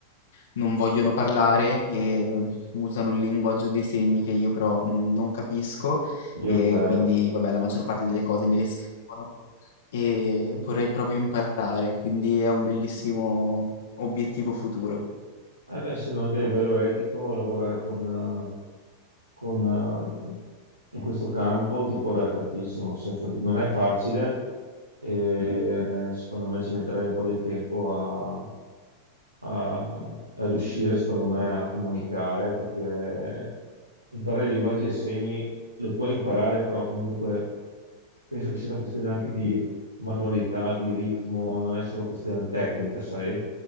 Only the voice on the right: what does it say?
io zero.
Eh beh, se no anche a livello etico lavorare con, eh, con, eh, in questo campo ti può dare tantissimo, senza- non è facile e eh, secondo me ci metterai un po' di tempo a, a riuscire, secondo me, a comunicare, perché imparare il linguaggio dei segni lo puoi imparare, però comunque penso che sia una questione anche di manualità, di ritmo, non è solo questione tecnica, sai?